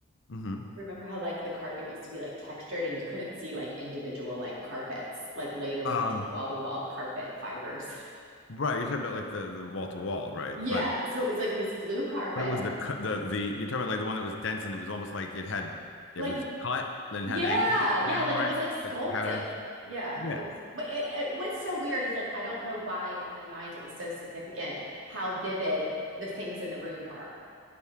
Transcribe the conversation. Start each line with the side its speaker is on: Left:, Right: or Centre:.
Left: Mm-hmm.
Right: remember how like the carpet used to be like textured and you couldn't see like individual like carpets like later when
Left: Um,
Right: they did wall to wall carpet fibers.
Left: right. You're talking about like the the wall to wall,
Right: <laughs>
Left: right?
Right: yeah,
Left: But
Right: so it was like this blue carpet.
Left: but it was the cut the the you're talking about like the one that was dense and it was almost like it had it
Right: Like
Left: was cut then
Right: yeah,
Left: had angles
Right: yeah,
Left: down,
Right: like
Left: right?
Right: it was like sculpted.
Left: Like patterns.
Right: Yeah,
Left: Yeah.
Right: it was but it, it, what's so weird is like I don't know why in my mind it was so significant how vivid the things in the room were.